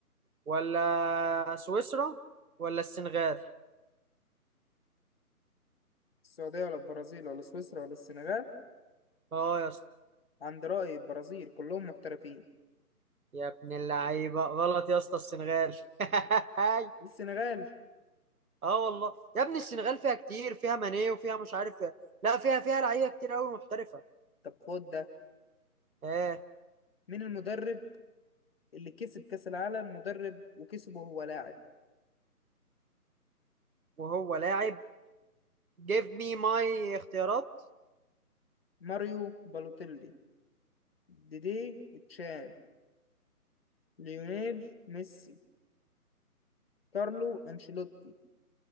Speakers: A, on the right; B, on the left.
A: ولا سويسرا ولا السنغال
B: السعودية ولا البرازيل ولا سويسرا ولا السنغال
A: اه يا اسطى
B: عند رأي البرازيل كلهم محترفين
A: يا ابن اللعيبة غلط يا اسطى السنغال <laughs>
B: السنغال
A: اه والله يا ابني السنغال فيها كتير فيها ماني وفيها مش عارف لا فيها فيها لعيبة كتير قوي محترفة
B: طب خد ده
A: اه
B: مين المدرب اللي كسب كأس العالم مدرب وكسبه وهو لاعب
A: وهو لاعب جيف مي ماي اختيارات
B: ماريو بالوتيلي ديدي تشان ليونيل ميسي كارلو أنشيلوتي